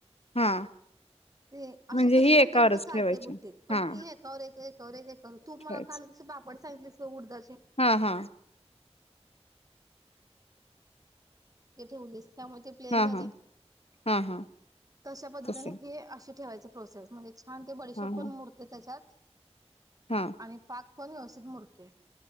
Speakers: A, on the left (about 65°); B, on the right (about 35°).
A: हा.
B: ते
A: म्हणजे
B: अशी कशी
A: ही
B: पण
A: एकावरच
B: ठेऊन जर चालतंय
A: ठेवायची
B: बुट्टी पन
A: हा
B: हीं एकावर एक ते <unintelligible> तू मला
A: ठेवायच
B: काल कसे पापड सांगितलेस उडदाचे?
A: हा हा
B: <unintelligible> त्यामुळे ते प्लेन
A: हा
B: झाले.
A: हा हा हा
B: तशा पद्धतीने
A: तसे
B: लक्ष ठेवायचं प्रोसेस. म्ह छान ते बडीशेप
A: हा
B: पन
A: हा
B: मुरते त्याच्यात.
A: हा
B: आणि फार पण व्यवस्थित मुरतोय.